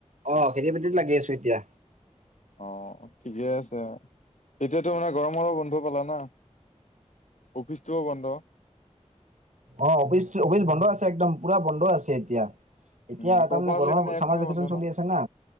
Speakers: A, on the right (about 85°); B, on the left (about 80°).
A: অ', খেতি বাতিতে লাগি আছোঁ এতিয়া।
B: অ', ঠিকে আছে। এতিয়াতো মানে গৰমৰো বন্ধ পালা না। অফিচটোও বন্ধ।
A: অ, অফিচ অফিচ বন্ধ আছে একদম পুৰা বন্ধ আছে এতিয়া। এতিয়া
B: উম প্ৰপাৰলি
A: তাৰমানে গৰমৰ
B: মানে একমাহে
A: চামাৰ ভেকেশ্বন
B: বন্ধ
A: চলি
B: ন
A: আছে না,